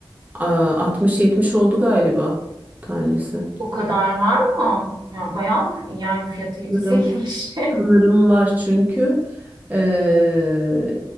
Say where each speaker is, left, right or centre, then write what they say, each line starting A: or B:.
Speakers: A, on the right; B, on the right.
A: Aa, 60-70 oldu galiba tanesi.
B: O kadar var mı? Ya bayağı yani fiyatı yüksekmiş.
A: Sanırım, sanırım var çünkü eee,